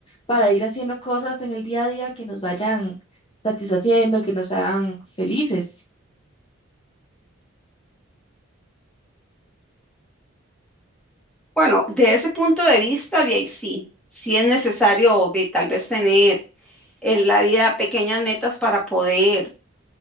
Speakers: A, on the left; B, in the centre.
A: para ir haciendo cosas en el día a día que nos vayan satisfaciendo, que nos hagan felices.
B: Bueno, de ese punto de vista, vi ahí sí, sí es necesario vi, tal vez tener en la vida pequeñas metas para poder,